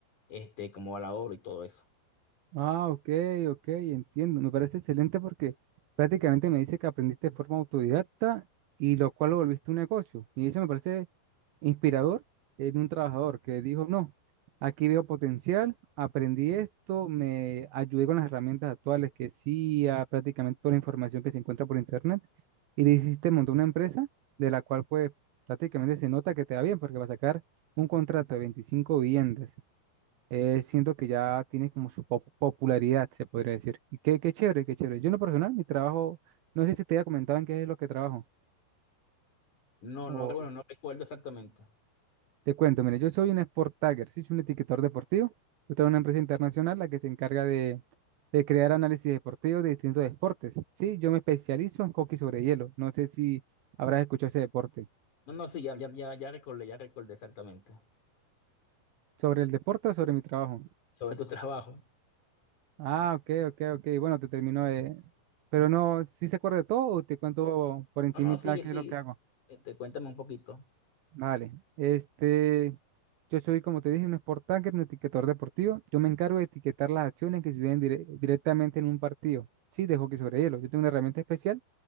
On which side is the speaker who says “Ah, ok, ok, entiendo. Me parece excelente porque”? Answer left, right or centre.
Right